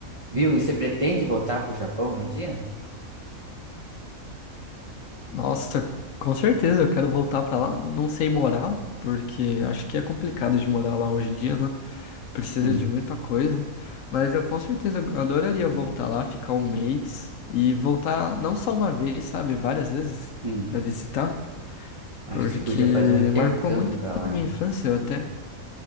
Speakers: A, on the right; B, on the left.
A: Viu? E você pretende voltar pro Japão algum dia?
B: Nossa, com certeza eu quero voltar pra lá. Não sei morar, porque acho que é complicado de morar lá hoje em dia, né? precisa
A: Hum,
B: de muita coisa, mas eu com certeza adoraria voltar lá, ficar um mês e voltar não só uma vez, sabe, várias vezes
A: hum.
B: para visitar,
A: Acho
B: porque
A: que você podia fazer um intercâmbio
B: marcou muito
A: pra lá,
B: a minha
A: hein?
B: infância, eu até